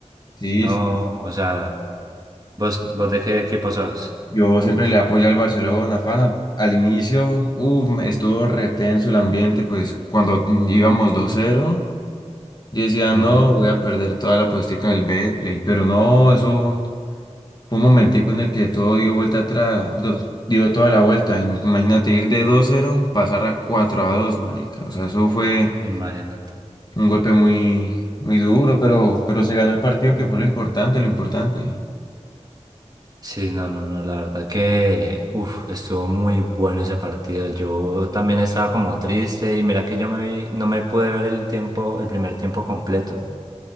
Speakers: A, on the left; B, on the right.
A: Sí,
B: No,
A: sí, pues,
B: o sea, ¿vos, vos de qué equipo sos?
A: yo siempre le apoyo al Barcelona, pana. Al inicio, uff, estuvo retenso el ambiente, pues cuando íbamos dos cero yo decía,
B: Ujú,
A: no, voy a perder toda la puestica del Betplay, pero no, eso Fue un momentico en el que todo dio vuelta atrás, do- dio toda la vuelta. Imagínate ir de 2-0, pasar a 4-2, marica. O sea, eso fue
B: Imagínate.
A: un golpe muy, muy duro, pero, pero se ganó el partido, que fue lo importante, lo importante.
B: Sí, no, no, no, la verdad que, uf, estuvo muy bueno ese partido. Yo también estaba como triste y mira que yo me vi, no me pude ver el tiempo, el primer tiempo completo.